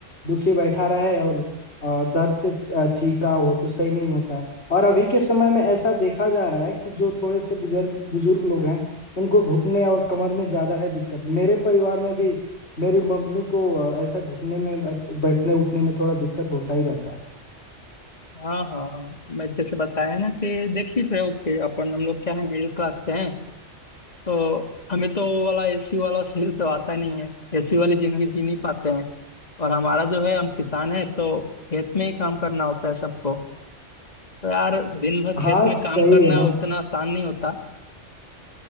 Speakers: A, on the left; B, on the left.
A: दुखी बैठा रहे और अ, दर्द से च- अ, चीख रहा हो तो सही नहीं होता है और अभी के समय में ऐसा देखा जा रहा है कि जो थोड़े से बुजुर्ग बुजुर्ग लोग हैं उनको घुटने और कमर में ज्यादा है दिक्कत मेरे परिवार में भी मेरी मम्मी को अ, ऐसा घुटने में बैठ- बैठने उठने में थोड़ा दिक्कत होता ही रहता है
B: हाँ हाँ हाँ मैं जैसे बताया ना कि देख ही रहे हो कि अपन हम लोग क्या है मिडिल क्लास से हैं तो हमें तो वो वाला एसी वाला फील तो आता नहीं है एसी वाली जिंदगी जी नहीं पाते हैं और हमारा जो है हम किसान है तो खेत में ही काम करना होता है सबको तो यार दिन भर खेत
A: हाँ
B: में
A: सही
B: काम करना
A: है ना
B: उतना आसान नहीं होता